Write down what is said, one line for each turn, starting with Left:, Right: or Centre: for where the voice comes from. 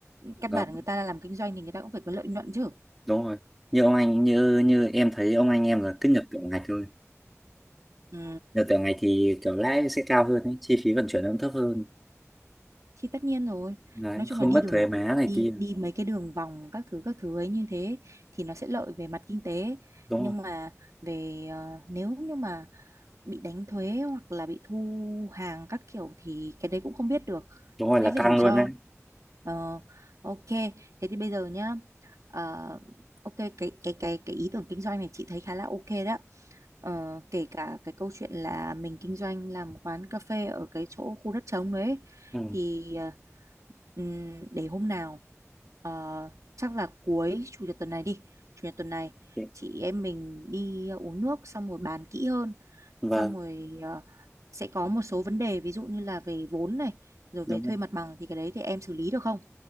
Right: căn
Centre: Đó.
Right: bản người ta là làm kinh doanh thì người ta cũng phải có lợi nhuận chứ
Centre: đúng rồi như ông anh như như em thấy ông anh em là cứ nhập tiểu ngạch thôi
Right: ừ.
Centre: nhập tiểu ngạch thì kiểu lãi sẽ cao hơn ấy. chi phí vận chuyển nó cũng thấp hơn
Right: thì tất nhiên rồi
Centre: đấy
Right: nói chung
Centre: không
Right: là đi
Centre: mất
Right: đường
Centre: thuế má này
Right: đi
Centre: kia
Right: đi mấy cái đường vòng các thứ các thứ ấy như thế thì nó sẽ lợi về mặt kinh tế
Centre: đúng
Right: nhưng
Centre: rồi
Right: mà về ờ, nếu như mà bị đánh thuế hoặc là bị thu hàng các kiểu thì cái đấy cũng không biết được
Centre: đúng rồi là
Right: đấy là
Centre: căng
Right: rủi
Centre: luôn
Right: ro
Centre: đấy
Right: Ờ, ok thế thì bây giờ nhá ờ, ok cái cái cái cái ý tưởng kinh doanh này chị thấy khá là ok đó Ờ, kể cả cái câu chuyện là mình kinh doanh làm quán cà phê ở cái chỗ khu đất trống đấy
Centre: ừ.
Right: thì ờ, Ừm, để hôm nào ờ, chắc là cuối chủ nhật tuần này đi chủ nhật tuần này
Centre: ok.
Right: chị em mình đi uống nước xong rồi bàn kỹ hơn
Centre: vâng
Right: xong rồi ờ, sẽ có một số vấn đề ví dụ như là về vốn này rồi về
Centre: đúng
Right: thuê
Centre: rồi
Right: mặt bằng thì cái đấy thì em xử lý được không